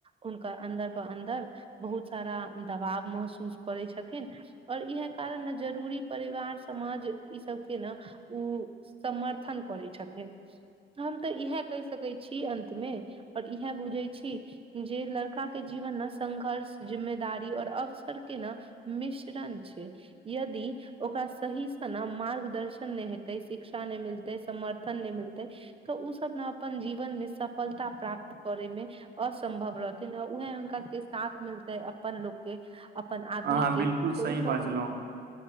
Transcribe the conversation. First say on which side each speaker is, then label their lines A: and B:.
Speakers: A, on the right (about 30°); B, on the right (about 55°).
A: हुनका अन्दर त अन्दर बहुत सारा दबाव महसूस करै छथिन इहे कारण ने जरूरी परिवार समाज ई सब के ने ओ समर्थन क छथिन हम तऽ इएह कहि सकै छी अन्त मे और इह बुझे छी जे लड़का के जीवन मे संघर्ष जिम्मेदारी और अवसर के न मिश छै यदि ओकरा सहीसँ ने मार्गदर्शन नहि हेते शिक्षा नहि मिलतै समर्थन नहि मिलतै तऽ ओ सब ने अपन जीवन मे सफलता प्राप्त करैय मे असम्भव रहथिन आ उएहे हुनका सबके साथ मिलतै अपन लोकके अपन आदमी
B: अहाँ बिलकुल
A: के
B: सही
A: ओ सब
B: बाजलहुँ